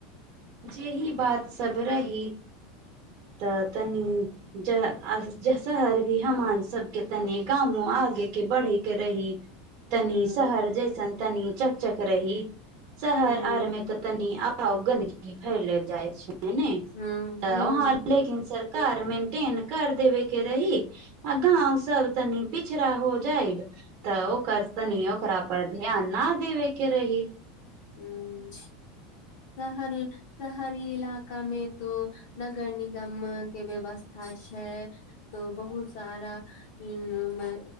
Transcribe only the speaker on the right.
जेही बात सभ रही तऽ तनी ज अ शहर भी हमान सबके तनि गामो आगेके बढ़ै केँ रही
तनी शहर जैसन तनी चक चक रही शहर
आर मे तऽ तनी आ गंदगी फैल लेल जाइत छै हने
तऽ
अहां आरकें कार मेंटेन कर देवे के रही आ गांव सब तनी पिछड़ा हो जायब तऽ ओ करसनी ओ कररा परर ध्यान न देवे के रही